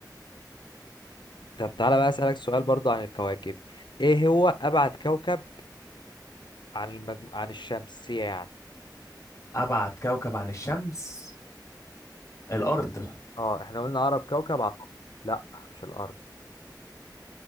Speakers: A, on the left (about 80°); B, on the left (about 40°).
A: طب تعالى بقى اسألك سؤال برضو عن الكواكب ايه هو ابعد كوكب عن المجم... عن الشمس يعني
B: ابعد كوكب عن الشمس الارض
A: اه احنا قلنا اقرب كوكب عن لا مش الارض